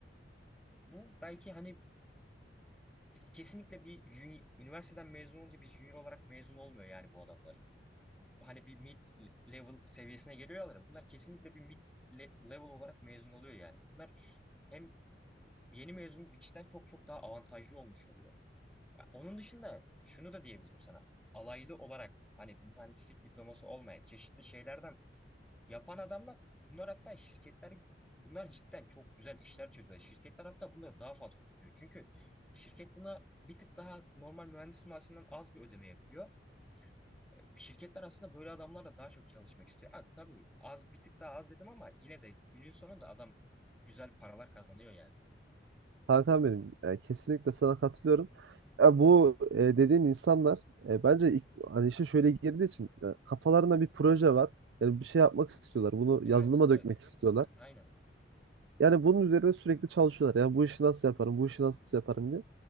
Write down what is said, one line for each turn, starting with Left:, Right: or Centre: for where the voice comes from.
Centre: Bu belki hani kesinlikle bir jüni- üniversiteden mezun olunca bir junior olarak mezun olmuyor yani bu adamlar. hani bir mid level seviyesine geliyorlar ya bunlar kesinlikle bir mid le- level olarak mezun oluyor yani. Bunlar hem yeni mezun bir kişiden çok çok daha avantajlı olmuş oluyor. Ya Onun dışında şunu da diyebilirim sana. Alaylı olarak hani mühendislik diploması olmayan çeşitli şeylerden yapan adamlar bunlar hatta şirketler bunlar cidden çok güzel işler çözüyor. Şirketler hatta bunları daha fazla tutuyor. Çünkü şirket buna bir tık daha normal mühendis maaşından az bir ödeme yapıyor. E, Şirketler aslında böyle adamlarla daha çok çalışmak istiyor. Ha, tabii az bir tık daha az dedim ama yine de günün sonunda adam güzel paralar kazanıyor yani.
Right: Hakan benim e, kesinlikle sana katılıyorum. Ya bu e, dediğin insanlar e, bence ilk, hani işe şöyle girdiği için e, kafalarında bir proje var. Yani bir şey yapmak istiyorlar. Bunu
Centre: Evet,
Right: yazılıma
Centre: evet.
Right: dökmek istiyorlar.
Centre: Aynen.
Right: Yani bunun üzerine sürekli çalışıyorlar. Yani bu işi nasıl yaparım, bu işi nasıl yaparım diye.